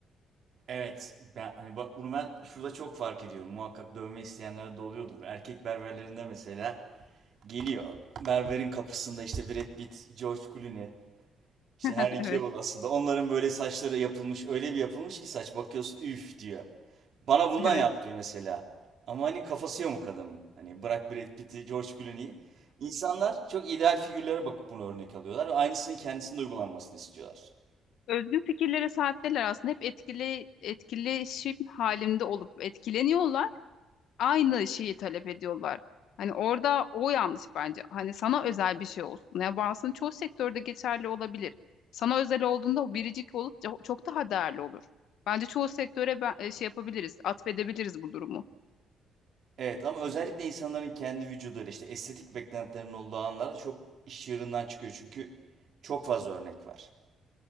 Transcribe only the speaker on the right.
Evet. Ben, hani bak bunu ben şurada çok fark ediyorum. Muhakkak dövme isteyenler de oluyordur. Erkek berberlerinde mesela geliyor. Berberin kapısında işte Brad Pitt, George Clooney, işte
Henry
Cavill aslında. Onların böyle saçları yapılmış. Öyle bir yapılmış ki saç bakıyorsun üf diyor. Bana bundan
yap diyor mesela. Ama hani kafası yok adamın. Hani bırak Brad Pitt'i, George Clooney'i. İnsanlar çok ideal figürlere bakıp bunu örnek alıyorlar ve aynısının kendisinde uygulanmasını istiyorlar.
Evet ama özellikle insanların kendi vücuduyla işte estetik beklentilerinin olduğu anlarda çok iş yerinden çıkıyor. Çünkü çok fazla örnek var.